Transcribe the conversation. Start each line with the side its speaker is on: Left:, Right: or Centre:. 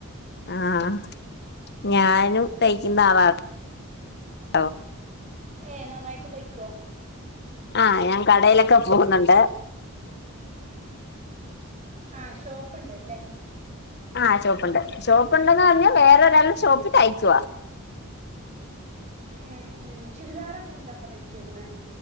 Left: ആഹ് ഞാനും തയ്ക്കുന്ന ആളാട്ടോ
Right: ഏഹ് നന്നായിട്ട് തയ്ക്കോ
Left: ആഹ് ഞാൻ കടയിലൊക്കെ പോകുന്നുണ്ട്
Right: ആഹ് ഷോപ്പ്ണ്ട്ല്ലേ
Left: ആഹ് ഷോപ്പുണ്ട് ഷോപ്പുണ്ടെന്ന് പറഞ്ഞാ വേറെ ഒരാളുടെ ഷോപ്പിൽ തയക്കുവ
Right: ഉം ഉം ചുരിദാറൊക്കെ എന്താപ്പോ റേറ്റ് വരുന്നേ